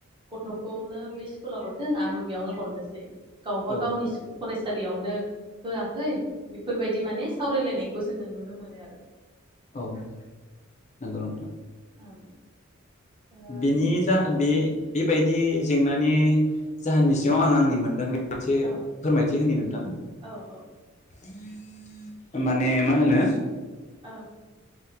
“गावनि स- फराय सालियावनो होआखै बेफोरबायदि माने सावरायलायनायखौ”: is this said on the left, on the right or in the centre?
Right